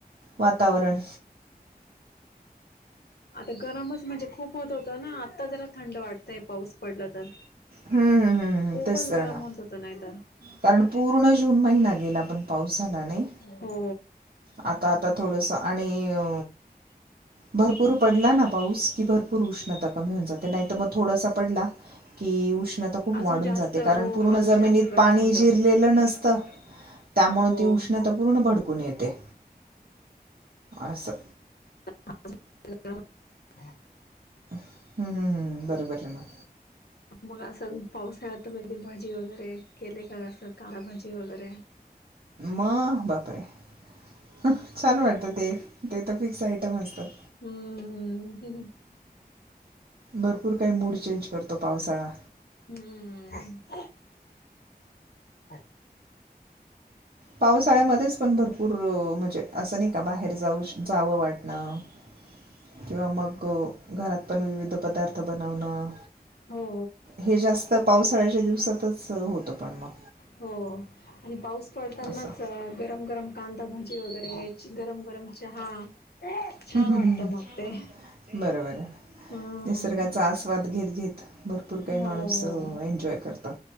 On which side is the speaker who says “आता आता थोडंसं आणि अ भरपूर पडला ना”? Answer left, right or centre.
Right